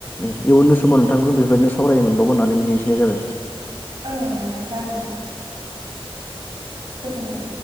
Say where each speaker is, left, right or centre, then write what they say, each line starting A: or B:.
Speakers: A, on the left; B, on the right.
A: उम इयुननि समाव नोंथांजों बेबायदिनो स सावरायनो मोनबावगोन होननानै मिजिंथिनाय जाबाय।
B: औ नोंथां जागोनदे <inaudible> गोजोन्थों।